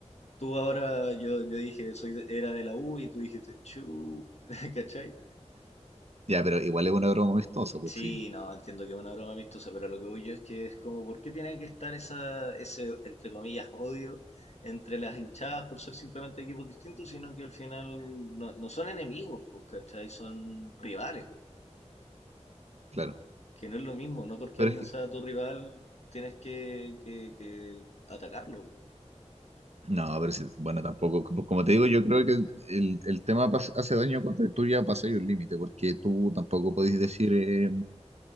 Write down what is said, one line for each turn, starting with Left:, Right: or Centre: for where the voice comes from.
Left: tú ahora, yo, yo dije, soy de- era de la U y tú dijiste, chu, <laughs> ¿cachai?
Right: Ya, pero igual es una broma amistosa, pues
Left: Sí,
Right: sí,
Left: no, entiendo que es una broma amistosa, pero lo que voy yo es que es como, ¿por qué tiene que estar esa, ese, entre comillas, odio entre las hinchadas por ser simplemente equipos distintos, sino que al final no, no son enemigos, pues, ¿cachai? Son rivales,
Right: claro.
Left: que no es lo mismo, no porque
Right: Pero
Left: alguien
Right: es que,
Left: sea tu rival tienes que, que, que atacarlo,
Right: no, pero si- bueno, tampoco, como como te digo, yo creo que el, el tema pas- hace daño cuando tú ya pasas un límite, porque tú tampoco podés decir eh,